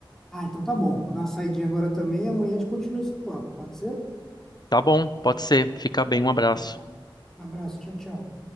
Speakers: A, in the centre; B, on the left.
A: Ah, então tá bom. Vou dar uma saidinha agora também. Amanhã a gente continua esse papo. Pode ser?
B: Tá bom, pode ser. Fica bem, um abraço.
A: Fechado. Um abraço. Tchau, tchau.